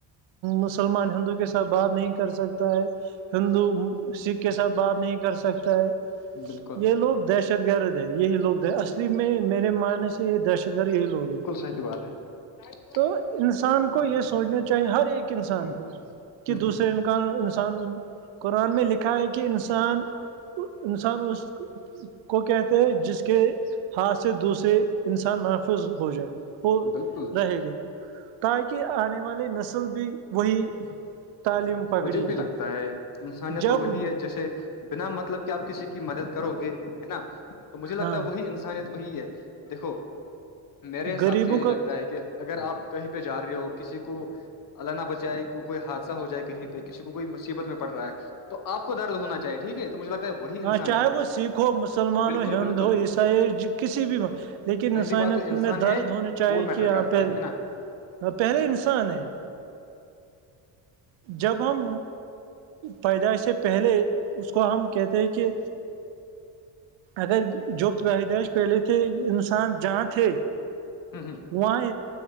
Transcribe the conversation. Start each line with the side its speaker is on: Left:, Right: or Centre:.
Right: مسلمان ہندو کے ساتھ بات نہیں کر سکتا ہے ہندو سکھ کے ساتھ بات نہیں کر سکتا ہے
Left: بالکل
Right: یہ لوگ دہشت گرد ہے یہی لوگ اسلی میں میرے معنی سے یہ دہشت گرد یہی لوگ ہیں
Left: س بات ہے <unintelligible>
Right: تو انسان کو یہ سوچنا چاہیے ہر ایک انسان
Left: ہ
Right: کو کہ دوسرے
Left: ہ
Right: ان انسان قرآن میں لکھا ہے کہ انسان انسان اس کو کہتے ہیں جس کے ہاتھ سے دوسرے انسان محفوظ ہو جائے وہ
Left: بالکل
Right: رہے گی تاکہ آنے والی نسل بھی وہی تعلیم پکڑے
Left: مجھے بھی لگتا
Right: گی
Left: ہے انسانیت
Right: جب
Left: تو وہی ہے جیسے بنا مطلب کہ آپ کسی کی مدد کرو گے ہے نا تو مجھے لگتا
Right: ہاں
Left: ہے وہی ان انیت وہی ہے دیکھو میرے حساب
Right: غریبوں
Left: سے
Right: کا
Left: یہ لگتا ہے کہ اگر آپ کہیں پہ جا رہے ہو کسی کو ال نہ بچائے کوئی حادثہ ہو جائے کہیں پہ کسی کوئی مصیبت میں پڑ رہا ہے تو آپ کو درد ہونا چاہے ٹھیک ہے تو مجھ لگتا ہے وہی انسانیت
Right: ہاں چاہے
Left: ہے
Right: وہ سکھ ہو مسلمان
Left: بالکل
Right: ہو ہند
Left: بالکل
Right: ہو عیسائی ہو کسی بھی لیکن
Left: پہلی
Right: انسانیت
Left: بات تو انسان
Right: میں
Left: ہے
Right: درد ہونا چاہیے
Left: وہ میٹر
Right: کہ یہ
Left: کرتا
Right: پہ
Left: ہے نا
Right: ہ پہلے انسان ہے جب ہم پیدائش سے پہلے اس کو ہم کہتے ہیں کہ اگر جو پیدائش پہلے تھے انسان جہاں تھے
Left: ہوں ہوں
Right: وہاں